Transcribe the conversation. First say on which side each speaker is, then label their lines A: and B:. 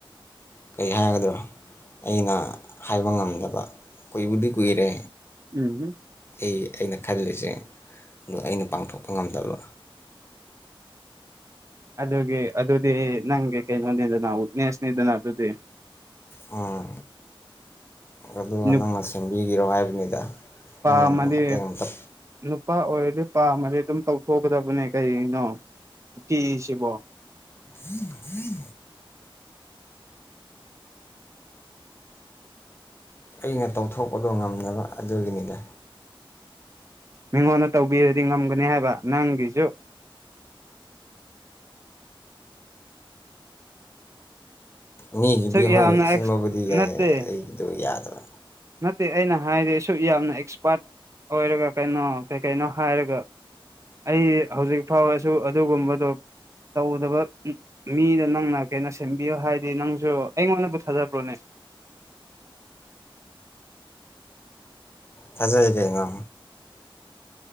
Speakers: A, on the left; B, on the right.
A: ꯀꯩ ꯍꯥꯏꯒꯗ꯭ꯔꯣ ꯑꯩꯅ ꯍꯥꯏꯕ ꯉꯝꯗꯕ ꯀꯨꯏꯕꯨꯗꯤ ꯀꯨꯏꯔꯦ
B: ꯎꯝ <unintelligible>
A: ꯑꯦ ꯑꯩꯅ ꯈꯜꯂꯤꯁꯦ ꯑꯗꯣ ꯑꯩꯅ ꯄꯥꯡꯊꯣꯛꯄ ꯉꯝꯗꯕ
B: ꯑꯗꯨꯒꯤ ꯑꯗꯨꯗꯤ ꯅꯪꯒꯤ ꯀꯩꯅꯣꯅꯤꯗꯅ ꯋꯤꯛꯅꯦꯁꯅꯤꯗꯅ ꯑꯗꯨꯗꯤ
A: ꯑ ꯑꯗꯨꯒ
B: ꯅꯨꯄꯥ
A: ꯅꯪꯅ ꯁꯦꯝꯕꯤꯒꯤꯔꯣ ꯍꯥꯏꯕꯅꯤꯗ ꯅꯪꯅ
B: ꯑꯃꯗꯤ
A: ꯃꯇꯦꯡ ꯑꯝꯇ
B: ꯅꯨꯄꯥ ꯑꯣꯏꯔꯗꯤ ꯄꯥꯝꯃꯗꯤ ꯑꯗꯨꯝ ꯇꯧꯊꯣꯛꯀꯗꯕꯅꯦ ꯀꯩꯅꯣ ꯅꯨꯄꯤ ꯑꯁꯤꯕꯣ
A: <unintelligible> ꯑꯩꯅ ꯇꯧꯊꯣꯛꯄꯗꯣ ꯉꯝꯗꯕ ꯑꯗꯨꯒꯤꯅꯤꯗ
B: ꯃꯤꯉꯣꯟꯗ ꯇꯧꯕꯤꯔꯗꯤ ꯉꯝꯒꯅꯤ ꯍꯥꯏꯕ ꯅꯪꯒꯤꯖꯨ
A: ꯃꯤꯒꯤꯗꯤ
B: ꯁꯨꯛ
A: ꯍꯣꯏ
B: ꯌꯥꯝꯅ
A: ꯁꯦꯝꯕꯕꯨꯗꯤ ꯌꯥꯏ
B: ꯅꯠꯇꯦ
A: ꯑꯩꯒꯤꯗꯣ ꯌꯥꯗ꯭ꯔꯥ
B: ꯅꯠꯇꯦ ꯑꯩꯅ ꯍꯥꯏꯗꯤ ꯁꯨꯛ ꯌꯥꯝꯅ ꯑꯦꯛꯁꯄꯥꯔꯠ ꯑꯣꯏꯔꯒ ꯀꯩꯅꯣ ꯀꯩ ꯀꯩꯅꯣ ꯍꯥꯏꯔꯒ ꯑꯩ ꯍꯧꯖꯤꯛ ꯐꯥꯎꯔꯁꯨ ꯑꯗꯨꯒꯨꯝꯕꯗꯣ ꯇꯧꯗꯕ ꯃꯤꯗ ꯅꯪꯅ ꯀꯩꯅꯣ ꯁꯦꯝꯕꯤꯌꯨ ꯍꯥꯏꯗꯤ ꯅꯪꯁꯨ ꯑꯩꯉꯣꯟꯗꯕꯨ ꯊꯥꯖꯕ꯭ꯔꯣꯅꯦ
A: ꯊꯥꯖꯩ ꯀꯩꯅꯣ